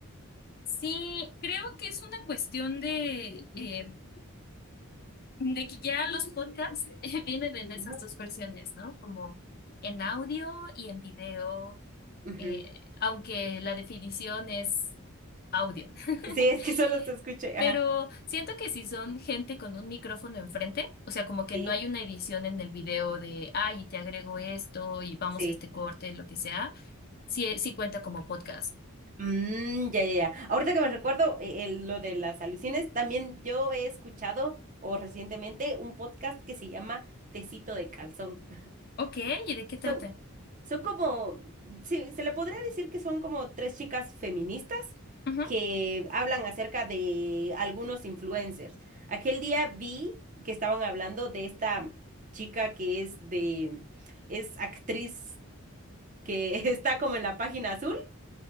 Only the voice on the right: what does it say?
Ujú.
Ujú.
Sí, es que solo se escucha. Ajá.
Sí,
sí.
Mm, ya, ya, ya. Ahorita que me recuerdo eh, el- lo de las alucines, también yo he escuchado o recientemente un podcast que se llama Tecito de Calzón. <laughs>
Son, son como, sí, se le podría decir que son como tres chicas feministas
que hablan acerca de algunos influencers. Aquel día vi que estaban hablando de esta chica que es de, es actriz que <laughs> está como en la página azul